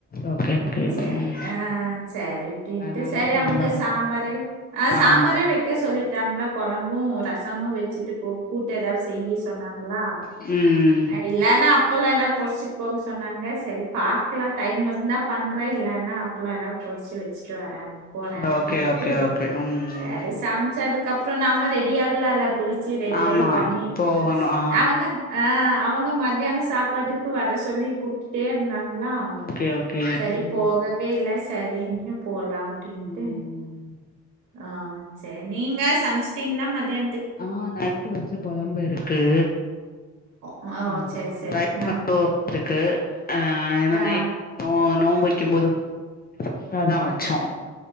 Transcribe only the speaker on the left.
ஓகே ஓகே
ம்
அதனால
சாம்பார்
ஆ
ம்
ஓகே ஓகே ஓகே ம்
ஆமா
போகணு ஆ
ஓகே ஓகே
ம்
ம்
ஆ நைட்டு வச்ச கொழம்பு இருக்கு
கொஞ்சமா
ரைஸ்
மட்டும் வடுச்சிருக்கு ஆ ஏனா
நைட்டு நோ நோம்பு வைக்கும் போது ப்ரஷ்ஷாதா வச்சோம்